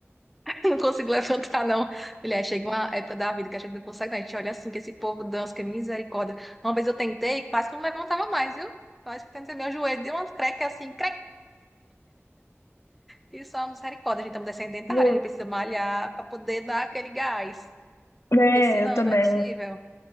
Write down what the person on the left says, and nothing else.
Vou.
É,
eu também.